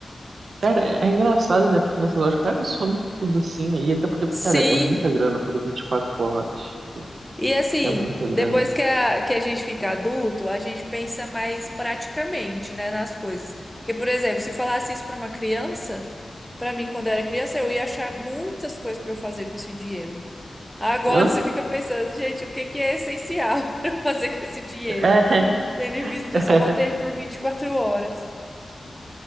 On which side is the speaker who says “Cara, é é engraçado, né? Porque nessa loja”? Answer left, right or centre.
Right